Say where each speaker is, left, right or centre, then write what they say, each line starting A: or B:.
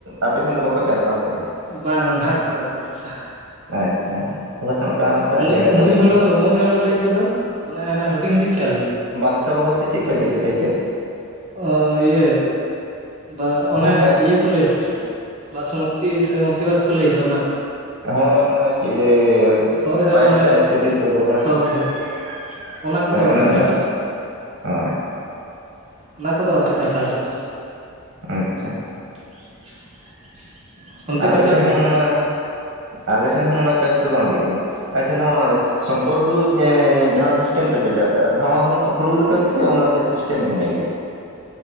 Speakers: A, on the right; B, on the right.
A: ᱟᱯᱮ ᱥᱮᱱ ᱫᱚ ᱵᱟᱠᱚ ᱪᱟᱥᱟ ᱚᱱᱛᱮ?
B: ᱵᱟᱝ ᱚᱱᱟ ᱠᱚᱫᱚ ᱵᱟᱠᱚ ᱪᱟᱥᱟ᱾
A: ᱟᱪᱪᱷᱟ ᱵᱟᱠᱷᱟᱱ ᱚᱠᱟ ᱚᱠᱟ
B: ᱢᱩᱡ
A: ᱡᱟᱭᱜᱟ ᱠᱚᱨᱮ
B: ᱢᱩᱡ
A: ᱪᱚᱝ
B: ᱦᱩᱲᱩ ᱢᱩᱡ ᱦᱩᱲᱩ ᱞᱟᱹᱭ ᱛᱮᱫᱚ ᱚᱱᱮ ᱚᱱᱮ ᱦᱩᱰᱤᱧ ᱦᱩᱰᱤᱧ ᱪᱟᱣᱞᱮ᱾
A: <unintelligible> ᱥᱮ ᱪᱮᱫ ᱯᱮ ᱞᱟᱹᱭᱟ ᱥᱮ ᱪᱮᱫ?
B: ᱚ ᱤᱭᱟᱹ ᱵᱟ ᱚᱱᱮ
A: ᱦᱳᱭ
B: ᱤᱭᱟᱹ ᱠᱚ ᱞᱮ ᱵᱟᱥᱢᱚᱛᱤ ᱥᱮ ᱢᱚᱛᱤᱵᱟᱥ ᱠᱚ ᱞᱟᱹᱭ ᱫᱚ ᱚᱱᱟ?
A: ᱦᱳᱭ ᱚᱱ ᱚᱱᱟ ᱪᱮᱻ
B: ᱦᱳᱭ ᱦᱳᱭ
A: ᱯᱟᱭᱮᱥ
B: ᱚᱱᱮ
A: ᱴᱟᱭᱮᱥ ᱠᱚ ᱡᱩᱫᱽ ᱫᱚ ᱜᱚᱦᱚᱲᱟ᱾
B: ᱦᱳᱭ ᱦᱳᱭ ᱚᱱᱟ ᱠᱚᱫᱚ
A: ᱦᱳᱭ
B: ᱵᱟᱠᱚ
A: ᱚᱱᱮ
B: ᱪᱟᱥᱟ
A: ᱚᱱᱟ, ᱦᱳᱭ᱾
B: ᱚᱱᱟ ᱠᱚᱫᱚ ᱵᱟᱠᱚ ᱪᱟᱥᱟ ᱟᱞᱮ ᱥᱮᱫ ᱫᱚ᱾
A: ᱟᱪᱪᱷᱟ᱾
B: <unintelligible> ᱚᱱᱛᱮ
A: ᱟᱞᱮ
B: ᱠᱚ ᱪᱟᱥ
A: ᱥᱮᱱ
B: ᱜᱮᱭᱟ
A: ᱦᱚᱸ ᱚᱱᱟ ᱟᱞᱮ ᱥᱮᱱ ᱦᱚᱸ ᱚᱱᱟ ᱪᱟᱥ ᱫᱚ ᱵᱟᱝ ᱦᱩᱭᱩᱜ ᱜᱮᱭᱟ ᱟᱪᱪᱷᱟ ᱱᱚᱣᱟ ᱥᱚᱝ ᱠᱚᱨ ᱦᱩᱲᱩ ᱮᱻ ᱡᱟᱦᱟᱸ ᱥᱤᱥᱴᱮᱢ ᱛᱮᱯᱮ ᱪᱟᱥᱟ ᱱᱟᱣᱟ ᱦᱩᱲᱩ ᱞᱮᱠᱟ ᱜᱮ ᱥᱮ ᱚᱱᱟ ᱨᱮᱭᱟᱜ ᱥᱤᱥᱴᱮᱢ ᱵᱷᱤᱱᱟᱹ ᱜᱮᱭᱟ?